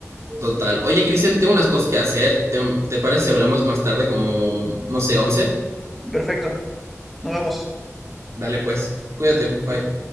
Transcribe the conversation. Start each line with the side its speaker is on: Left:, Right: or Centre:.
Right: Total. Oye, Cristian, tengo unas cosas que hacer. ¿Te, te parece si hablamos más tarde como, no sé, once
Centre: Perfecto, nos vemos.
Right: Dale pues, cuídate, bye.